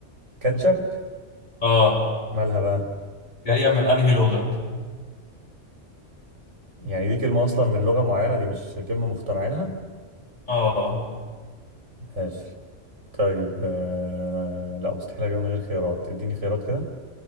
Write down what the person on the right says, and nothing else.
كاتشب
مالها بقى
يعني دي كلمة أصلا من لغة معينة دي مش كلمة مخترعينها
ماشي طيب آه... لا مستحيل أجيبها من غير خيارات اديني خيارات كده